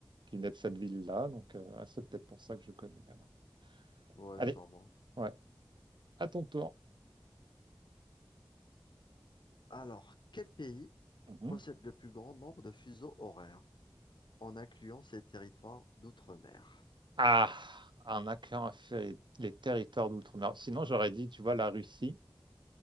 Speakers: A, on the right; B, on the left.
A: qui naissent de cette ville-là, donc euh, ah, c'est peut-être pour ça que je connais. alors.
B: Ouais,
A: Allez,
B: sûrement.
A: Ouais. À ton tour.
B: Alors, quel pays
A: Mhm.
B: possède le plus grand nombre de fuseaux horaires en incluant ses territoires d'outre-mer?
A: Ah, un accord a fait les, territoires d'outre-mer. Sinon, j'aurais dit, tu vois, la Russie.